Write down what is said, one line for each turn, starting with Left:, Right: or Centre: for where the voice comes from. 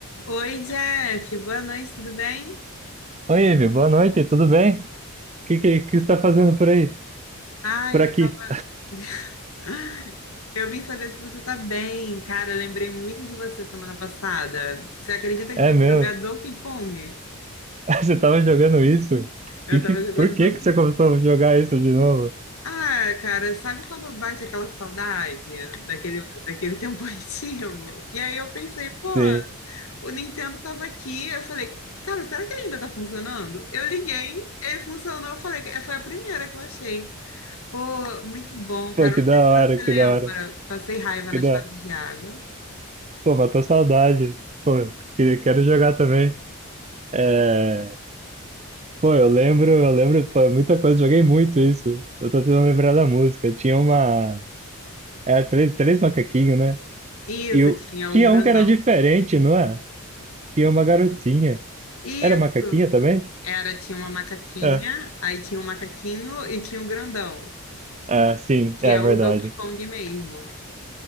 Left: Oi, Jeff, boa noite, tudo bem?
Right: Oi, Ivi, boa noite, tudo bem? O que, que, que você está fazendo por aí?
Left: Ai,
Right: Por aqui?
Left: eu tava... <laughs> Eu vim saber se você tá bem. Cara, eu lembrei muito de você semana passada. Você acredita
Right: É
Left: que eu fui
Right: meu,
Left: jogar Donkey Kong?
Right: <laughs> você estava jogando isso?
Left: Eu
Right: Que,
Left: tava
Right: que,
Left: jogando
Right: por que,
Left: Donkey
Right: que você
Left: Kong.
Right: começou a jogar isso de novo?
Left: Ah, cara, sabe quando bate aquela saudade daquele, daquele tempo <laughs> antigo? E aí eu pensei, pô,
Right: Sim,
Left: o Nintendo tava aqui. Eu falei, cara, será que ele ainda tá funcionando? Eu liguei, ele funcionou. Eu falei, "É, foi a primeira que eu achei. Pô, muito bom, cara.
Right: pô, que
Left: Não
Right: da
Left: sei se
Right: hora,
Left: você
Right: que
Left: lembra.
Right: da hora,
Left: Passei raiva nas
Right: que da
Left: fases
Right: hora.
Left: de água.
Right: Pô, matou saudade. Pô, que- quero jogar também. É... Pô, eu lembro, eu lembro, pô, muita coisa, joguei muito isso. Eu tô tentando lembrar da música. Tinha uma. Era três, três macaquinhos, né?
Left: Isso,
Right: E eu...
Left: tinha
Right: tinha
Left: o grandão.
Right: um que era diferente, não é? Tinha uma garotinha.
Left: Isso,
Right: Era macaquinha também?
Left: era, tinha uma macaquinha,
Right: É.
Left: aí tinha um macaquinho e tinha um grandão,
Right: Ah, sim,
Left: que
Right: é
Left: é
Right: verdade.
Left: o Donkey Kong mesmo.